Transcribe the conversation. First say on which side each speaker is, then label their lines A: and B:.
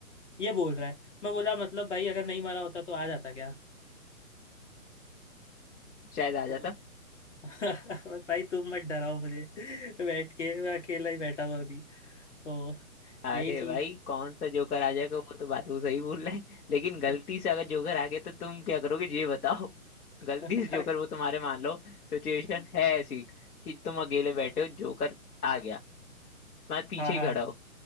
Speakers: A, on the left; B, on the left.
A: ये बोल रहा है मैं बोला मतलब भाई अगर नहीं मारा होता तो आ जाता क्या
B: शायद आ
A: तो
B: जाता
A: <laughs> भाई तुम मत डराओ मुझे <laughs> बैठ के मैं अकेला ही बैठा हुआ अभी तो
B: अरे
A: यही सीन
B: भाई कौन सा जोकर आ जाएगा वो तो बात वो सही बोल रहे हैं लेकिन गलती
A: <laughs>
B: से अगर जोकर आ गया तो तुम क्या करोगे ये बताओ <laughs> गलती
A: <laughs>
B: से
A: भाई
B: जोकर वो तुम्हारे मान लो सिचुएशन है ऐसी कि तुम अकेले बैठे हो जोकर आ गया तुम्हारे पीछे
A: हाँ हाँ
B: ही खड़ा हो